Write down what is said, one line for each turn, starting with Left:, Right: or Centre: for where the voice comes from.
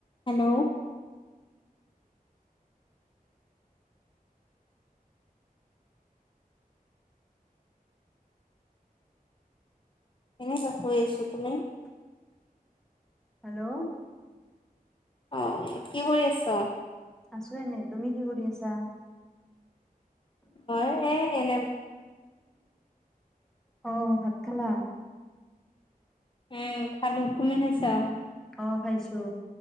Left: হেল্ল'। এনে হৈ আছো। তুমি?
Centre: <inaudible> হেল্ল'
Left: অ কি কৰি আছ?
Centre: আছো এনেই, তুমি কি কৰি আছা?
Left: মই এ এনে
Centre: আহ ভাত খালা।
Left: উম খালো তুমি খাইছা।
Centre: অ খাইছো